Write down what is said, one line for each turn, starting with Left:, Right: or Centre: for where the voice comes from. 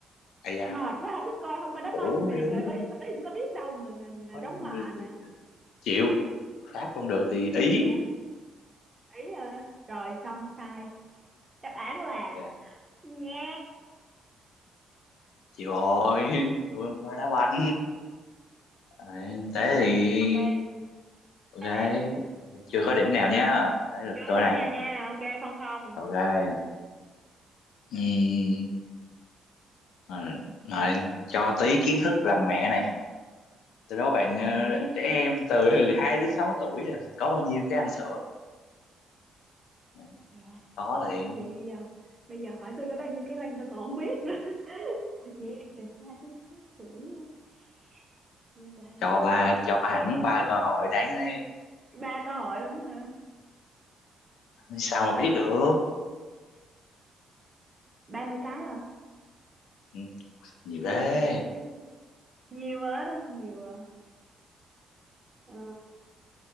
Left: à dạ
Right: mệt quá không biết coi không coi đá
Left: khổ
Right: banh mày định
Left: dữ
Right: gợi ý gợi ý cũng có biết đâu mà mà, mà
Left: có
Right: đóng
Left: năm
Right: mà
Left: rồi
Right: mà
Left: từ- từ- từ- chịu pháp không được thì ý
Right: chịu à ý à. rồi xong sai đáp án là
Left: dạ
Right: nghe
Left: chịu rồi <laughs> tôi không coi đá banh à, thế thì
Right: đây
Left: ok
Right: các bạn á
Left: chưa có điểm nào nhá thế lượt
Right: chưa
Left: tôi
Right: điểm
Left: này
Right: nha nha ok không không
Left: ok Ừm, rồi, rồi, cho tí kiến thức làm mẹ này từ đó bạn ờ,
Right: là mẹ
Left: trẻ em từ <laughs> 2 đến 6 tuổi là có bao nhiêu cái ăn sữa Ừ,
Right: trời ơi
Left: có liền
Right: cái gì vậy bây giờ bây giờ hỏi tôi có bao nhiêu cái răng tôi còn không biết nữa <laughs> Hỏi chị em từ hai tới sáu tuổi á. chị em từ hai đến
Left: cho ba
Right: sáu
Left: cho
Right: tuổi
Left: hẳn ba cơ hội đáng đấy
Right: ba câu hỏi luôn á hả
Left: sao mà biết được
Right: ba mươi cái à
Left: Ừ, nhiều thế
Right: ba mươi cái nhiều á nhiều à Ờ,